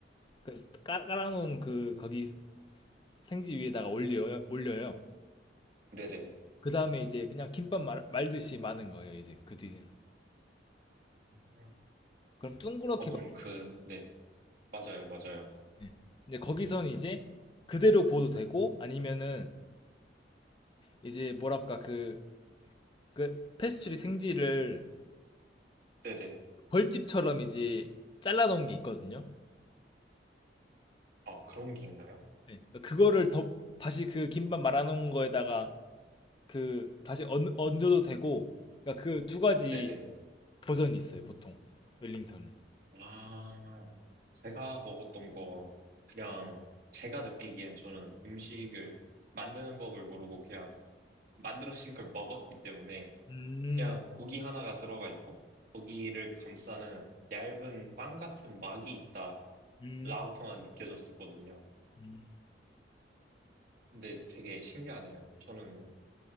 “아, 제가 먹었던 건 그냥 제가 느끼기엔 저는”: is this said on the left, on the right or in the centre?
Right